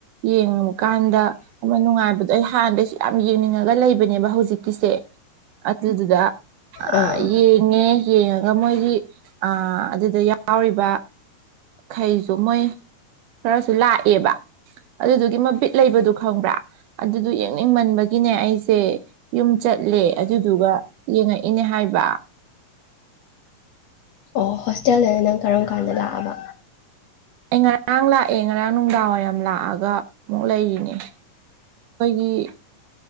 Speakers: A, on the right; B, on the left.
A: ꯌꯦꯡꯉꯨꯀꯥꯟꯗ ꯑꯃ ꯅꯨꯡꯉꯥꯏꯕꯗꯣ ꯑꯩ ꯍꯥꯟꯅꯗꯩ ꯌꯥꯝ ꯌꯦꯡꯅꯤꯡꯉꯒ ꯂꯩꯕꯅꯦꯕ ꯍꯧꯖꯤꯛꯀꯤꯁꯦ ꯑꯊꯗꯨꯗ ꯑ
B: ꯑꯥ
A: ꯌꯦꯡꯅꯦꯦ ꯌꯦꯡꯉꯒ ꯃꯣꯏꯒꯤ ꯑ ꯑꯗꯨꯗ ꯌꯥꯎꯔꯤꯕ ꯈꯩꯁꯨ ꯃꯣꯏ ꯈꯔꯁꯨ ꯂꯥꯛꯑꯦꯕ ꯑꯗꯨꯗꯨꯒꯤ ꯃꯕꯤꯠ ꯂꯩꯕꯗꯨ ꯈꯪꯕ꯭ꯔꯥ ꯑꯗꯨꯗꯨ ꯌꯦꯡꯅꯤꯡꯃꯟꯕꯒꯤꯅꯦ ꯑꯩꯁꯦ ꯌꯨꯝ ꯆꯠꯂꯦ ꯑꯗꯨꯗꯨꯒ ꯌꯦꯡꯉꯛꯏꯅꯦ ꯍꯥꯏꯕ
B: ꯑꯣ ꯍꯣꯁꯇꯦꯜꯗꯅ ꯅꯪ ꯀꯔꯝ ꯀꯥꯟꯗ ꯑꯗ
A: ꯑꯩ ꯉꯔꯥꯡ ꯂꯥꯛꯑꯦ ꯉꯔꯥꯡ ꯅꯨꯡꯗꯥꯡꯋꯥꯏꯔꯝ ꯂꯥꯛꯑꯒ ꯑꯃꯨꯛ ꯂꯩꯔꯤꯅꯦ ꯑꯩꯈꯣꯏꯒꯤ